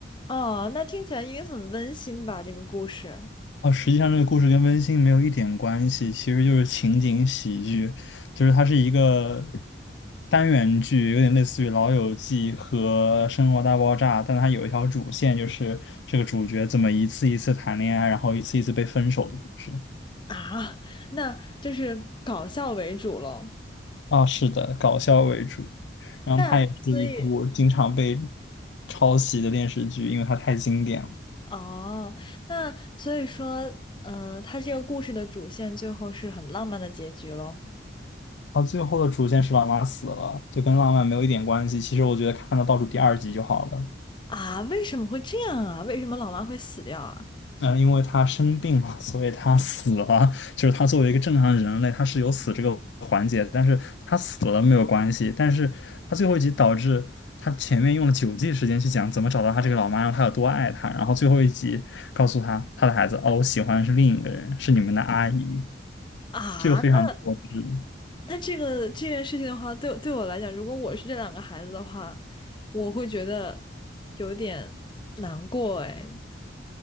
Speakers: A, on the left; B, on the left.
A: 哦，那听起来应该很温馨吧，这个故事
B: 哦，实际上这个故事跟温馨没有一点关系，其实就是情景喜剧，就是它是一个单元剧，有点类似于《老友记》和《生活大爆炸》，但它有一条主线，就是这个主角怎么一次一次谈恋爱，然后一次一次被分手的故事。
A: 啊，那就是搞笑为主喽。
B: 啊，是的，搞笑为主，然后它也是一部经常被
A: 那所以，
B: 抄袭的电视剧，因为它太经典了。
A: 哦，那所以说，嗯、它这个故事的主线最后是很浪漫的结局喽。
B: 啊，最后的主线是老妈死了，就跟浪漫没有一点关系。其实我觉得看到倒数第二集就好了。
A: 啊，为什么会这样啊？为什么老妈会死掉啊？
B: 嗯，呃因为他生病了，所以他死了。就是他作为一个正常人类，他是有死这个环节，但是他死了没有关系。但是他最后一集导致他前面用了九季时间去讲怎么找到他这个老妈，让他有多爱她，然后最后一集告诉他他的孩子，哦，我喜欢的是另一个人，是你们的阿姨，
A: 啊，
B: 这个非常的过分。
A: 那那这个这件事情的话，对对我来讲，如果我是这两个孩子的话，我会觉得有点难过哎。